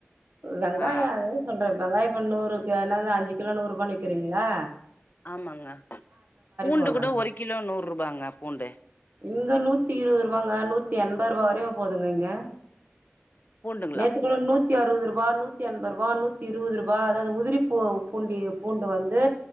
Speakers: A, on the right; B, on the left.
A: வெங்காயோ
B: ஆ
A: அதேத சொல்றே வெங்காய இப்ப நூறுக்கு என்னது அஞ்சு கிலோ நூறுபான் விக்கிறீங்ளா
B: ஆமாங்க பூண்டு
A: சொல்றேங்க
B: கூட ஒரு கிலோ நூ ருபாங்க பூண்டு
A: இங்க நூத்தி இருவது ருவாங்க நூத்தி என்பது ரூபா வரையுமே போதுங்க இங்க
B: பூண்டுங்களா
A: நேத்திக்கெல்லா நூத் த்தி அறுவதுருபா நூத்தி என்பருபா நூத்தி இருவதுருபா அதாவது உதிரி பூ பூண்டி பூண்டு வந்து